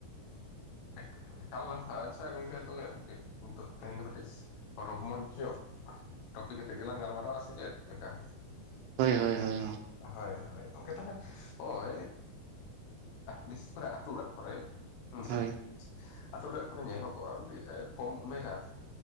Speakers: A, on the left; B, on the right.
A: <inaudible> ᱟᱪᱪᱷᱟ ᱜᱚᱝᱠᱮ ᱛᱟᱞᱮ ᱛᱮᱦᱮᱧ ᱫᱚ ᱠᱟᱴᱤᱡ ᱨᱚᱢᱢᱚᱡᱽ ᱧᱚᱜ ᱴᱚᱯᱤ ᱠᱟᱛᱮᱫ ᱜᱮᱞᱟᱝ ᱜᱟᱞᱢᱟᱨᱟᱣᱟ ᱥᱮ ᱪᱮᱫ ᱞᱮᱠᱟ? <inaudible>
B: ᱦᱳᱭ ᱦᱳᱭ ᱦᱳᱭ
A: ᱦᱳᱭ ᱦᱳᱭ ᱜᱠᱮ ᱛᱟᱦᱚᱞᱮ ᱳᱭ ᱵᱤᱥᱮᱥ ᱠᱚᱨᱮ ᱟᱛᱳ ᱚᱲᱟᱜ ᱠᱚᱨᱮ ᱦᱮᱸᱥᱮ
B: ᱦᱳᱭ ᱦᱳᱭ
A: ᱟᱹᱛᱩ ᱚᱲᱟᱜ ᱠᱚᱨᱮ ᱧᱮᱞᱚᱜᱚᱜᱼᱟ ᱢᱤᱫᱴ ᱠᱚᱢ ᱩᱢᱮᱨᱟᱱ